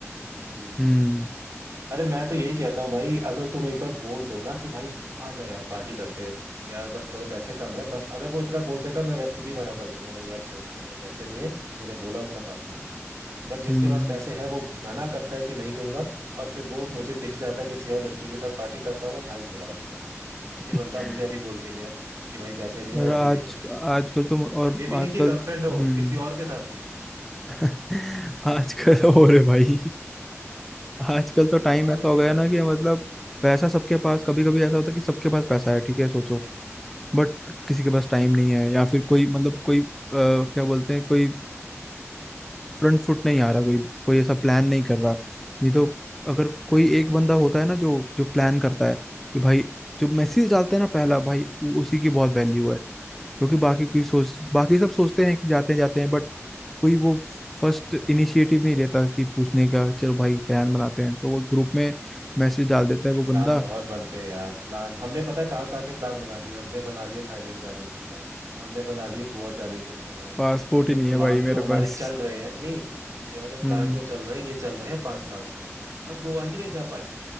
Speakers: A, on the right; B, in the centre.
A: हम्म
B: हम्म
A: अरे मैं तो यही कहता हूँ भाई अगर तुम एक बार बोल दो ना कि भाई आ जा यार पार्टी करते हैं यार बस थोड़े पैसे कम है बस अगर वो इतना बोल देगा मैं मैं खुद ही मना कर दूंगा नहीं यार छोड़ तेरे पर पैसे नहीं है तूने बोला उतना काफी बट जिसके
B: हम्म
A: पास पैसे है वो मना करता है कि नहीं दूंगा और फिर वो मुझे दिख जाता है किसी और लड़की के साथ पार्टी करता हुआ भाई बुरा लगता है
B: <laughs>
A: ये बंदा मुझे अभी बोल के गया कि भाई पैसे नहीं
B: और
A: है और
B: आज
A: अभी देखो
B: आजकल तो और
A: ये भी नहीं
B: आजकल
A: कि गर्लफ्रेंड हो
B: हम्म
A: किसी और के साथ ही है
B: <laughs> आजकल और है भाई आजकल तो टाइम
A: कमाल
B: ऐसा हो
A: के
B: गया
A: लड़के
B: ना कि
A: हैं
B: मतलब
A: आजकल
B: पैसा सबके पास कभी कभी ऐसा होता है कि सबके पास पैसा है ठीक है सोचो बट किसी के पास टाइम नहीं है या फिर कोई मतलब कोई अ, क्या बोलते हैं कोई फ्रंट फुट नहीं आ रहा कोई कोई ऐसा प्लान नहीं कर रहा नहीं तो अगर कोई एक बंदा होता है ना जो जो प्लान करता है कि भाई जो मैसेज डालते हैं ना पहला भाई उ- उसी की बहुत वैल्यू है क्योंकि बाकी कोई सोच बाकी सब सोचते हैं कि जाते हैं जाते हैं बट कोई वो फर्स्ट इनिशिएटिव नहीं लेता कि पूछने का चलो भाई प्लान बनाते हैं तो वो ग्रुप में मैसेज डाल देता
A: अरे
B: है वो बंदा
A: प्लान बहुत बनते हैं यार प्लान हमने पता है कहाँ कहाँ के प्लान बना लिए हमने बना लिए थाईलैंड जाने के प्लान हमने बना लिए गोवा जाने के प्लान
B: पासपोर्ट
A: और ये
B: ही नहीं है
A: प्लान
B: भाई
A: जो
B: मेरे
A: हमारे
B: पास
A: चल रहे हैं नहीं ये वाले
B: हम्म
A: प्लान जो चल रहे हैं ये चल रहे हैं पांच साल से हम गोवा ही नहीं जा पाए